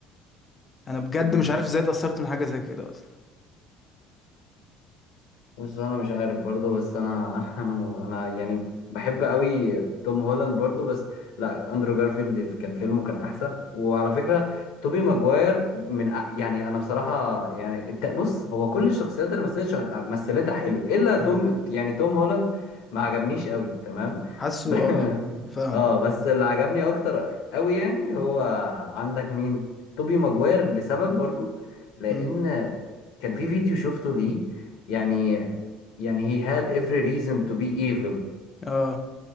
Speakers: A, on the left; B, on the left.
A: انا بجد
B: قوي
A: مش عارف ازاي اتاثرت من حاجه زي كده اصلا
B: بص انا مش عارف برضو بس انا <laughs> انا انا م- أنا يعني بحب قوي توم هولاند برضو بس لا اندرو جارفيلد كان فيلمه كان احسن وعلى فكره توبي ماجواير من أ- يعني انا بصراحه يعني الت- بص هو كل الشخصيات اللي مثلت شخ- مثلتها حلو الا توم
A: اه
B: يعني توم هولاند ما عجبنيش قوي تمام
A: حاسه
B: <laughs> ب-
A: اه فاهم فاهم
B: اه بس اللي عجبني اكتر قوي يعني هو عندك مين توبي ماجواير لسبب برضو لان
A: مم.
B: كان في فيديو شفته ليه يعني يعني he had every reason to be evil
A: اه